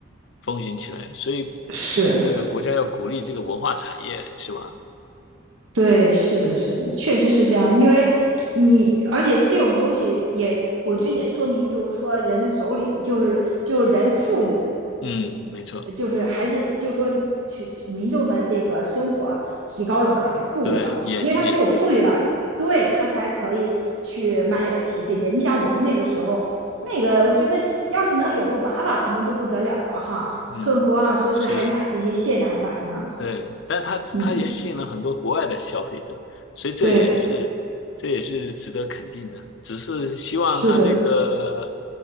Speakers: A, on the left (about 65°); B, on the right (about 85°).
A: 风行起来，所以
B: 是，
A: 那个国家要鼓励这个文化产业，是吧？
B: 对，是的，是的，确实是这样。因为你，而且这种东西也，我觉得也说明，就是说人的手里，就是就是人富裕，
A: 嗯，没错，
B: 呃就是还是就是说群民众的这个生活提高了嘛，也富裕了，
A: 对，眼界。
B: 因为他只有富裕了，对他才可以去买得起这些。你想我们那个时候，那个我觉得要是能有个娃娃，可能都不得了了哈，
A: 嗯，
B: 更何况说是还买这些限量版呢？
A: 是，对，但它它也吸引了很多国外的消费者，
B: 嗯，
A: 所以这也是这也是值得肯定的。
B: 对，
A: 只是希望它这个
B: 是的，